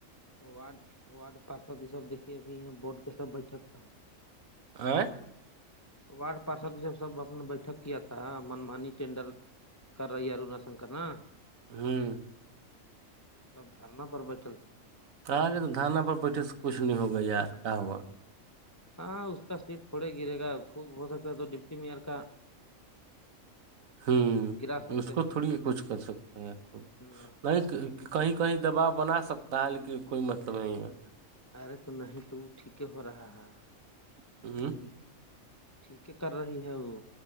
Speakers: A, on the left; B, on the right.
A: وارڈ وارڈ پارشد یہ سب دیکھیے ابھی یہ بورڈ کے سب بیٹھک تھا
B: آئ
A: وارڈ پارشد سب سب اپنا بیٹھک کیا تھا منمانی ٹینڈر کر رہی ہے روناا شنکر نا
B: ہاں
A: سب دارناہ پر بیٹھل تھے
B: کہ گے تو دانہ پر بیٹھے سے کچھ نہیں ہوگا یار کہوا
A: ہاں اس کا سیٹ تھوڑے گرے گا خوب ہو سکتا ہے تو ڈپٹی میئر کا
B: ہوں
A: گرا سکتے
B: اس کو
A: ہیں
B: تھوڑی کچھ کر سکتے ہیں آپ کو
A: نہ
B: لائک کہ کہیں کہیں دباؤ بنا سکتا ہے لیکن کوئی مطلب نہیں ہے
A: ارے تو نہیں تو وہ ٹھیک ہو رہا ہے
B: ہاں
A: <inaudible> ٹھیک ہے کر رہی ہے وہ